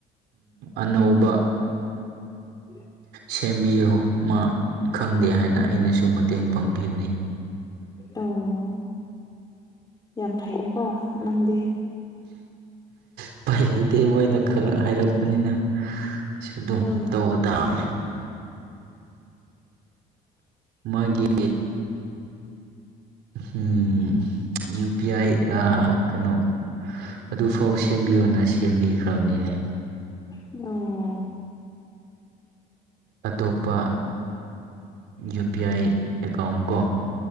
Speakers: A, on the right (about 75°); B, on the left (about 25°).
A: ꯑꯅꯧꯕ
B: <unintelligible>
A: ꯁꯦꯝꯕꯤꯌꯨ ꯃꯥ ꯈꯪꯗꯦ ꯍꯥꯏꯅ ꯑꯩꯅꯁꯨ ꯃꯇꯦꯡ ꯄꯥꯡꯕꯤꯕꯅꯤ
B: ꯑꯣ ꯌꯥꯝ ꯐꯩꯌꯦꯀꯣ ꯅꯪꯗꯤ
A: ꯎꯄꯥꯏ ꯂꯩꯇꯦ ꯃꯣꯏꯅ ꯈꯪ ꯍꯥꯏꯔꯛꯄꯅꯤꯅ ꯑꯗꯨꯝ
B: ꯑꯣ
A: ꯇꯧꯕ ꯇꯥꯃꯦ ꯃꯥꯒꯤ ꯍꯨꯝ ꯌꯨ ꯄꯤ ꯑꯥꯏ ꯑ ꯀꯩꯅꯣ ꯑꯗꯨꯐꯥꯎ ꯁꯦꯝꯕꯤꯌꯣꯅ ꯁꯦꯝꯕꯤꯈ꯭ꯔꯕꯅꯤꯅꯦ
B: <inaudible>
A: ꯑꯇꯣꯞꯄ ꯌꯨ ꯄꯤ ꯑꯥꯏ ꯑꯦꯀꯥꯎꯟ ꯀꯣ